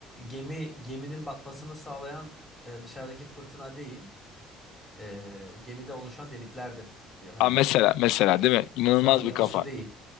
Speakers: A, in the centre; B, on the left.
A: gemi geminin batmasını sağlayan e, dışarıdaki fırtına değil, e, gemide oluşan deliklerdir diyor hani.
B: Aa, mesela mesela değil mi? İnanılmaz
A: Etrafındaki
B: bir kafa.
A: su değil.